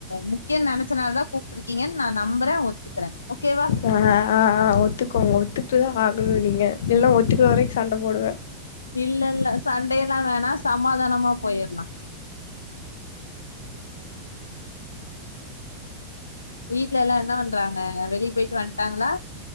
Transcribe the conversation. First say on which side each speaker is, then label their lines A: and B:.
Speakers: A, on the left (about 80°); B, on the left (about 60°).
A: முக்கிய நனச்சனாலதா கூப் ப்பிருக்கீங்கன் நா நம்புற ஒத்துக்குற ஓகேவா
B: ஆ ஆ ஆ ஒத்துக்கோங் ஒத்துக்ட்டுதா ஆகணு நீங்க இல்னா ஒத்துக்கற வரைக் சண்ட போடுவ
A: இல்ல இல்ல சண்டேல்லா வேணா சமாதானமா போயிற்லா வீட்ல எல்லா என்ன பண்றாங்க வெளிய போய்ட்டு வந்டாங்களா